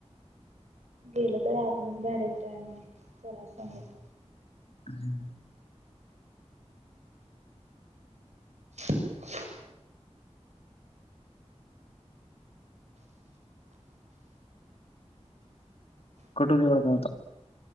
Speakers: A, on the right (about 75°); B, on the left (about 60°).
A: गेल तरी आपणच बाहेर येतोय आणि सरा सांगत.
B: हम्म.
A: अस अच्छा.
B: कटु देवढ नव्हता.